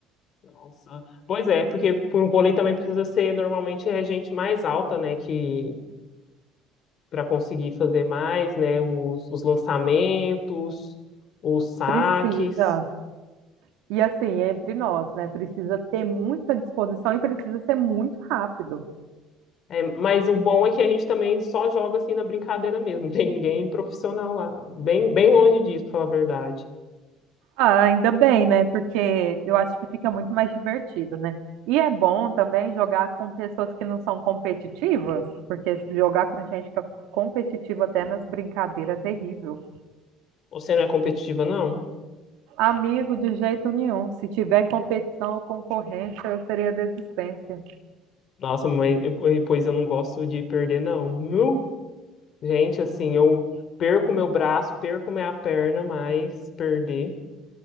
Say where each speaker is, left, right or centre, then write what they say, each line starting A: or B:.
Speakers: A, on the left (about 40°); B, on the right (about 80°).
A: Nossa. Pois é, porque por um vôlei também precisa ser normalmente é gente mais alta, né, que para conseguir fazer mais, né, os, os lançamentos, os saques.
B: Precisa. E assim, entre nós, né? Precisa ter muita disposição e precisa ser muito rápido.
A: É, mas o bom é que a gente também só joga assim na brincadeira mesmo, não tem ninguém profissional lá, bem, bem longe disso, pra falar a verdade.
B: Ah, ainda bem, né? Porque eu acho que fica muito mais divertido, né? E é bom também jogar com pessoas que não são competitivas, porque jogar com gente que é competitiva até nas brincadeiras é terrível.
A: Você não é competitiva, não?
B: Amigo, de jeito nenhum. Se tiver competição ou concorrência, eu seria desistência.
A: Nossa, mas eu- pois eu não gosto de perder, não. Nu! Gente, assim, eu perco meu braço, perco minha perna, mas perder.